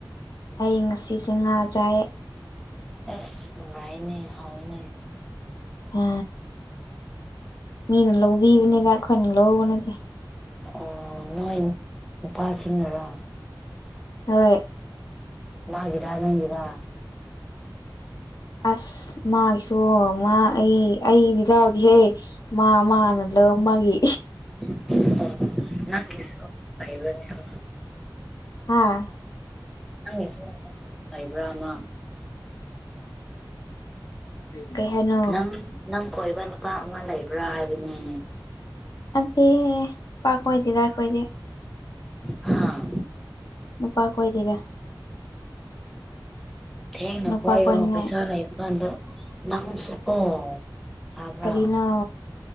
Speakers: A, on the left; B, in the centre.
A: ꯑꯩ ꯉꯁꯤꯁꯦ ꯉꯥ ꯆꯥꯏ
B: ꯑꯁ ꯅꯨꯡꯉꯥꯏꯅꯦ ꯍꯥꯎꯏꯅꯦ
A: ꯑ ꯃꯤꯅ ꯂꯧꯕꯤꯕꯅꯤꯕ ꯑꯩꯈꯣꯏꯅ ꯂꯧꯕ ꯅꯠꯇꯦ
B: ꯑꯣ ꯅꯣꯏ ꯅꯨꯄꯥꯁꯤꯡꯅꯔꯥ
A: ꯍꯣꯏ
B: ꯃꯥꯒꯤꯔꯥ ꯅꯪꯒꯤꯔꯥ
A: ꯑꯁ ꯃꯥꯒꯤꯁꯨ ꯃꯥ ꯑꯩ ꯑꯩꯗꯤ ꯌꯥꯎꯗꯤꯍꯦ ꯃꯥ ꯃꯥꯅ ꯂꯧ ꯃꯥꯒꯤ
B: <unintelligible>
A: ꯍꯥꯥ
B: ꯅꯪꯒꯤꯁꯨ ꯂꯩꯕ꯭ꯔꯥ ꯑꯃ
A: ꯀꯩ ꯍꯥꯏꯅꯣ
B: ꯅꯪ ꯅꯪ ꯀꯣꯏꯕ ꯅꯨꯄꯥ ꯑꯃ ꯂꯩꯕ꯭ꯔꯥ ꯍꯥꯏꯕꯅꯦ꯫
A: <unintelligible> ꯅꯨꯄꯥ ꯀꯣꯏꯗꯦꯗꯥ ꯑꯩꯈꯣꯏꯗꯤ
B: ꯍꯥꯥ
A: ꯅꯨꯄꯥ ꯀꯣꯏꯗꯦꯗ
B: ꯊꯦꯡꯡꯅ
A: ꯅꯨꯄꯥ
B: ꯀꯣꯏꯌꯣ
A: ꯀꯣꯏꯅꯤꯡꯉꯥꯏ
B: ꯄꯩꯁꯥ ꯂꯩꯕꯀꯥꯟ ꯅꯪꯁꯨꯀꯣ ꯇꯥꯕ꯭ꯔꯥ
A: ꯀꯔꯤꯅꯣ